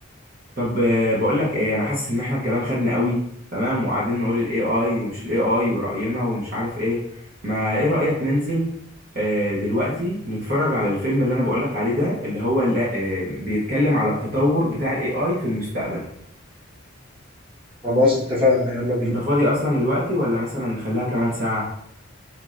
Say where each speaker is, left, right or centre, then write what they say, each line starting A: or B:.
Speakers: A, on the right; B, on the right.
A: طب آه، بقول لك ايه انا حاسس ان احنا الكلام خدنا قوي تمام وقاعدين نقول الاي اي ومش الاي اي ورأينا ومش عارف ايه ما ايه رأيك ننزل آه، دلوقتي نتفرج على الفيلم اللي انا بقول لك عليه ده اللي هو لا آه، بيتكلم على التطور بتاع الاي اي في المستقبل
B: خلاص اتفقنا يلا بينا
A: انت فاضي اصلا دلوقتي ولا مثلا نخليها كمان ساعة